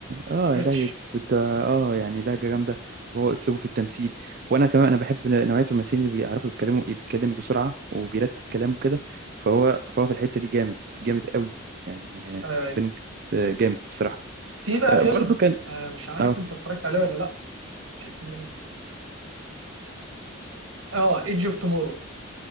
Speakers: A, on the right; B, on the right.
A: اه
B: بريتش
A: لهجة بتاع اه يعني لهجة جامدة وهو اسلوبه في التمثيل وانا كمان انا بحب نوعية الممثلين اللي بيعرفوا يتكلموا بيتكلم بسرعة وبيرتب كلامه كده فهو فهو في الحتة دي جامد جامد قوي يعني آه،
B: آه،
A: بنديكت آه، جامد بصراحة
B: في بقى
A: آه،
B: فيلم
A: برضو كان
B: آه، مش عارف
A: اه
B: انت اتفرجت عليه ولا لا اسمه ايه اه ايدج اوف تومورو